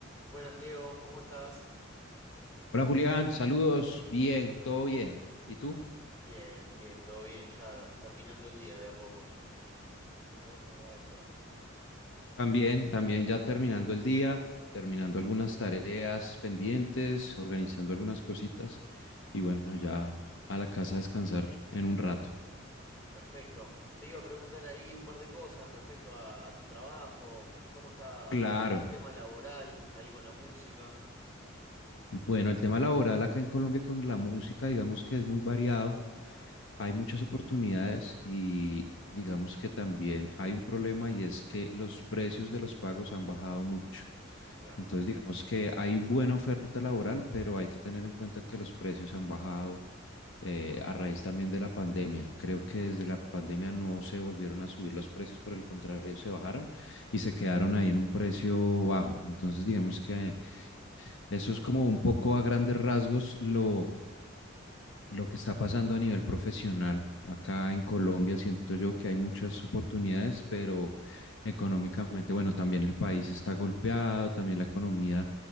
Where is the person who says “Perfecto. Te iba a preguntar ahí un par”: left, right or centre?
Left